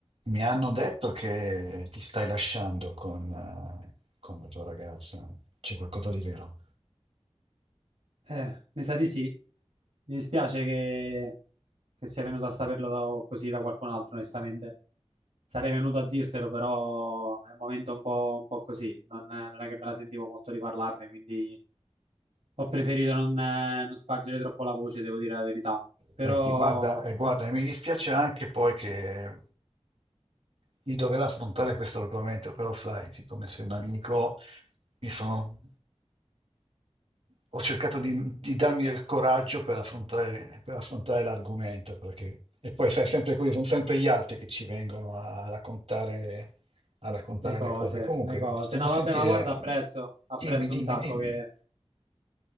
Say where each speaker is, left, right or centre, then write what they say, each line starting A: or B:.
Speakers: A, on the right; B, on the right.
A: Mi hanno detto che ti stai lasciando con, eh, con la tua ragazza. C'è qualcosa di vero?
B: Eh, mi sa di sì. Mi dispiace che, che sia venuto a saperlo così da qualcun altro, onestamente. Sarei venuto a dirtelo, però è un momento un po', un po' così. Non, non è che me la sentivo molto di parlarne, quindi ho preferito non, eh, non spargere troppo la voce, devo dire la verità. Però
A: E ti guarda, eh, guarda, mi dispiace anche poi che di dover affrontare questo argomento, però sai, siccome sei un amico, mi sono... ho cercato di, di darmi del coraggio per affrontare, per affrontare l'argomento, perché... E poi sai, sempre così, sono sempre gli altri che ci vengono a raccontare, a raccontare
B: le cose,
A: le cose. Comunque,
B: le cose.
A: stiamo
B: No,
A: a sentire...
B: vabbè, ma guarda, apprezzo, apprezzo
A: Dimmi, dimmi,
B: un sacco
A: dimmi.
B: che...